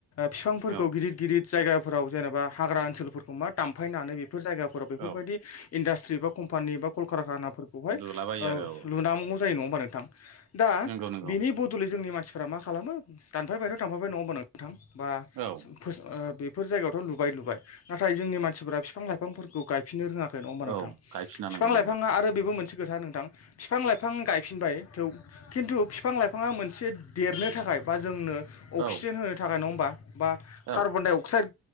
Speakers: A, on the left; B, on the right.
A: ‌बिफांफोरखौ
B: औ
A: गिदिर गिदिर जायगाफोराव जेनेबा हाग्रा ओनसोलफोरखौ मा दामफायनानै बेफोर जायगाफोराव बेफोरबायदि
B: औ
A: इडास्ट ट्रि बा कम्पानि बा कलकारखानाफोरखौहाय
B: लुलाबायो आरो औ
A: लुनानांगौ जायो नङा होमबा नोंथां दा
B: नंगौ नंगौ
A: बिनि बुदलै जोंनि मानसिफ्रा मा खालामो दानफाय बाहेर थांबाबाय नङा होन नोंथां बा
B: औ
A: फोस बे बेफोर जायगायावथ' लुबाय लुबाय नाथाय जोंनि मानसिफोरा बिफां लाइफांफोरखौ गायफिननो रोङाखै नङा होमबा नोंथां
B: औ गायफिना
A: फिफां
B: नांगौ नंगौ
A: लाइफां आरो मोनसे खोथा नोंथां फिफां लाइफां गा फिनबाय थव खिन्थु बिफां लाइफाङा मोनसे देरनो थाखाय बा जोंनो अक्सिजेन
B: औ
A: होनो थाखाय नङा होमबा बा
B: औ
A: कार्बन डाइ अक्साइड